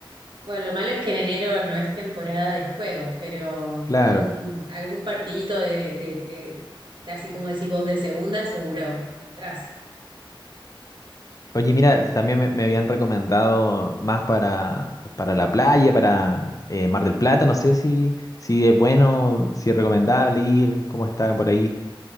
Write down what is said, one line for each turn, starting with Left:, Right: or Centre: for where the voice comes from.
Right: Bueno, lo malo es que en enero no es temporada de juegos, pero
Left: Claro.
Right: algún, algún partidito de, de, de- de- así como decís vos, de segunda, seguro encontrás.
Left: Oye, mira, también me, me habían recomendado más para, para la playa, para eh, Mar del Plata, no sé si, si es bueno, si es recomendable ir, cómo están por ahí.